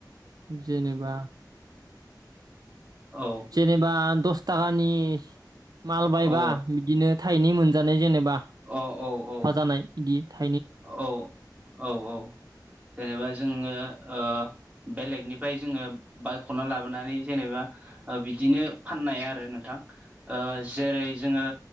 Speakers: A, on the right; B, on the right.
A: जेनेबाओ
B: औ
A: जेनेबा दस थाखानि माल बायबा
B: औ
A: इदिनो थाइनै मोनजानाय जेनेबा
B: अ औ औ
A: हानाय इदि था
B: औ औ औ जेनेबा जोङो ओ बेलेगनिफ्राय जोङो बायख'ना लाबोनानै जेनेबा ओ बिदिनो फाननाय आरो नोंथां ओ जेरै जोङो